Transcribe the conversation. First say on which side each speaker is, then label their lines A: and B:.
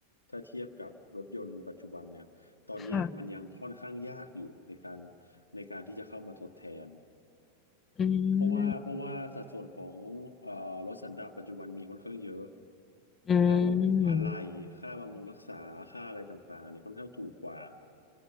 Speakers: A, on the left; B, on the left.
A: ถ้าเทียบกับรถยนต์ปัจจุบันเนี่ยตอนเนี้ยมันยังค่อนข้างยากอยู่ในการ
B: ค่ะ
A: ในการที่จะเข้ามาทดแทน
B: อื
A: เพราะว่าเพราะว่าสัดส่วนของเอ่อรถสันดาปปัจจุบันมีค่อนข้างเยอะ
B: มอื
A: แล้วอะไหล่ค่าบำรุงรักษา
B: ม
A: ค่าอะไรต่างๆเนี่ยค่อนข้างถูกกว่า